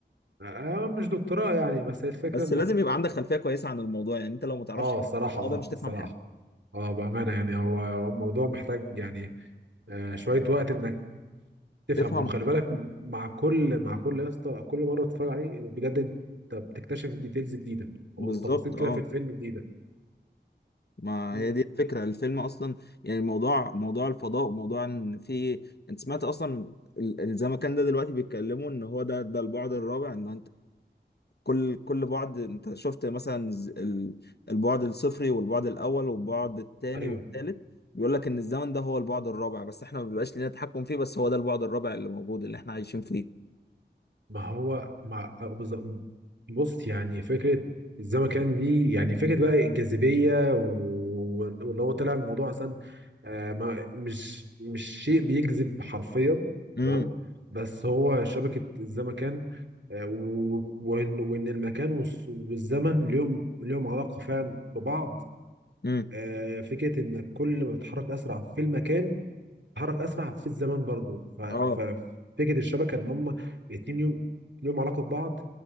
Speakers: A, on the right; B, on the left.
A: آه مش دكتوراه يعني بس هي الفكرة
B: بس
A: إنك
B: لازم يبقى عندك خلفيه كويسه عن الموضوع يعني انت لو ما تعرفش
A: آه
B: حاجه
A: الصراحة
B: عن الموضوع
A: آه
B: ده مش
A: الصراحة
B: تفهم حاجه
A: آه بأمانة يعني هو هو الموضوع محتاج يعني آه شوية وقت إنك تفهم
B: تفهم
A: وخلي بالك مع كل مع كل يا اسطى كل مره بتتفرج عليه بجد انت بتكتشف ديتيلز جديده وتفاصيل
B: بالظبط
A: كده
B: اه
A: في الفيلم جديده
B: ما
A: مم.
B: هي دي الفكره الفيلم اصلا يعني الموضوع موضوع الفضاء وموضوع ان في انت سمعت اصلا ال- الزمكان ده دلوقتي بيتكلموا ان هو ده ده البعد الرابع ان كل كل بعد انت شفت مثلا ز- ال- البعد الصفري والبعد الاول والبعد الثاني
A: ايوه
B: والثالث بيقول لك ان الزمن ده هو البعد الرابع بس احنا ما بيبقاش لنا تحكم فيه بس هو ده البعد الرابع اللي موجود اللي احنا عايشين فيه
A: ما هو ما بالظبط- بص يعني فكرة الزمكان دي يعني فكرة بقى الجاذبية و- واللي هو طلع الموضوع أصلا آه، ما مش مش شيء بيجذب حرفيا
B: امم
A: تمام بس هو شبكة الزمكان آه، و- وإن وإن المكان والس- والزمن ليهم ليهم علاقة فعلا ببعض
B: امم
A: آه، فكرة إن كل ما بتتحرك أسرع في المكان اتحرك اسرع في الزمن برضو ف... ففكره
B: اه
A: الشبكه ان هم اتنين يوم ليهم علاقه ببعض